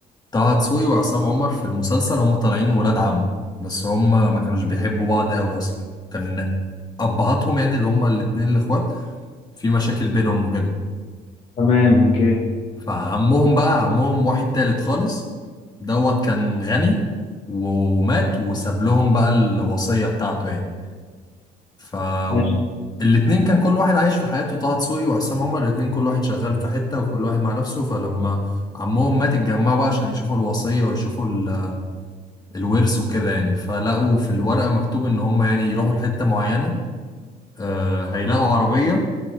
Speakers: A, on the left; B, on the left.
A: طه دسوقي وعصام عمر في المسلسل هم طالعين ولاد عم بس هم ما كانوش بيحبوا بعض قوي أصلا كان أبهاتهم يعني اللي هم الاتنين الإخوات في مشاكل بينهم وكده
B: تمام اوكي
A: فعمهم بقى عمهم واحد تالت خالص دوت كان غني و- ومات وساب لهم بقى الوصية بتاعته يعني ف
B: ماشي
A: الاتنين كان كل واحد عايش في حياته طه دسوقي وعصام عمر الاتنين كل واحد شغال في حتة وكل واحد مع نفسه فلما عمهم مات اتجمعوا بقى عشان يشوفوا الوصية ويشوفوا ال- الورث وكده يعني فلقوا في الورقة مكتوب ان هم يعني يروحوا لحتة معينة آه، هيلاقوا عربية